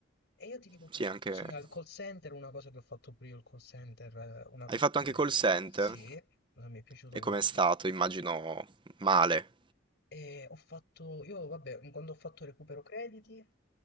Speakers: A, on the left; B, on the right.
A: E io ti dico che
B: Sì,
A: è molto
B: anche...
A: simile al call center, una cosa che ho fatto pure io il call center, eh, una
B: Hai
A: cosa
B: fatto
A: che
B: anche call center?
A: sì, non mi è piaciuto
B: E com'è
A: proprio.
B: stato? Immagino male.
A: E ho fatto, io vabbè, quando ho fatto recupero crediti,